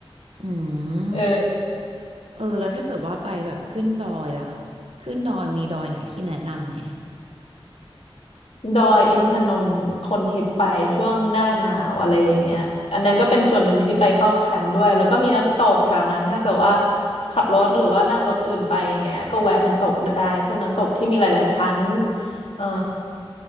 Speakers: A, on the right; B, on the left.
A: อื
B: เออ
A: มเออแล้วถ้าเกิดว่าไปแบบขึ้นดอยล่ะขึ้นดอยมีดอยไหนที่แนะนำไหม
B: ดอยอินทนนท์คนฮิตไปช่วงหน้าหนาวอะไรอย่างเงี้ยอันนั้นก็เป็นส่วนหนึ่งที่ไปเข้าแคมป์ด้วยแล้วก็มีน้ำตกแถวนั้นถ้าเกิดว่าขับรถหรือว่านั่งรถอื่นไปอย่างเงี้ยก็แวะน้ำตกได้พวกน้ำตกที่มีหลายๆชั้นเอ่อ